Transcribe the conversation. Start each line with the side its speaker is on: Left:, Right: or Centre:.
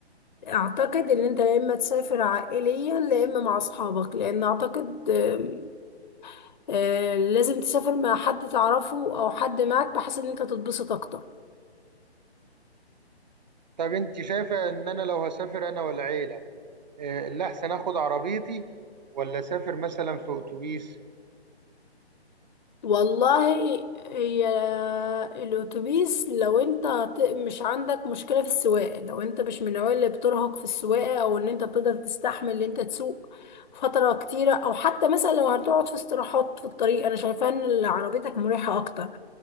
Left: اعتقد ان انت يا اما تسافر عائليا يا اما مع اصحابك لان اعتقد آم، آه، لازم تسافر مع حد تعرفه او حد معك بحيث ان انت تتبسط اكتر
Right: طب انت شايفه ان انا لو هسافر انا والعيله آه، اللي احسن اخد عربيتي ولا اسافر مثلا في اتوبيس
Left: والله هي الاتوبيس لو انت هت- مش عندك مشكله في السواقه لو انت مش من النوع اللي بترهق في السواقه او ان انت بتقدر تستحمل ان انت تسوق فتره كتيره او حتى مثلا لو هتقعد في استراحات في الطريق انا شايفه ان عربيتك مريحه اكتر